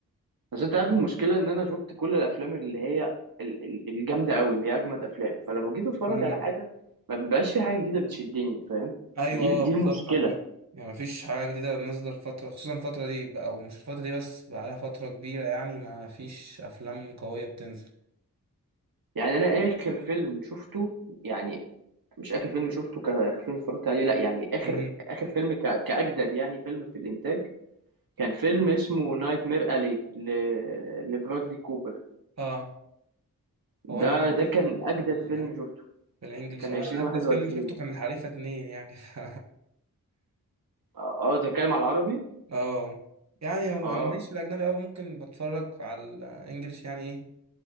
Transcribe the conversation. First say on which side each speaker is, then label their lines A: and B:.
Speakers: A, on the right; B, on the right.
A: بس انت عارف المشكله ان انا شفت كل الافلام اللي هي ال- ال- الجامده قوي اللي هي اجمد افلام فلما جيت اتفرج
B: مم.
A: على حاجه ما بيبقاش في حاجه جديده بتشدني فاهم
B: ايوه
A: دي
B: آه،
A: دي
B: بالظبط
A: المشكله
B: على فكرة يعني مفيش حاجة جديدة نازلة الفترة خصوصا الفترة دي بقى او مش الفترة دي بس بقى لها فترة كبيرة يعني ما فيش افلام قوية بتنزل
A: يعني انا اخر فيلم شفته يعني مش اخر فيلم شفته كاخر فيلم اتفرجت عليه لا يعني اخر
B: مم.
A: اخر فيلم ك... كاجدد يعني فيلم في الانتاج كان فيلم اسمه نايت مير الي ل... لبرادلي كوبر
B: اه هو
A: ده
B: انا ماليش
A: ده كان
B: في ال...
A: اجدد
B: في
A: فيلم شفته
B: بالانجلش
A: كان
B: أو
A: 2021
B: انا عدت فيلم شفته كان الحريفه اتنين يعني <laughs> ف...
A: اه آه، ده اتكلم على العربي
B: اه يعني هو
A: اه
B: انا ماليش في الاجنبي أوي ممكن بتفرج على الانجليش يعني ايه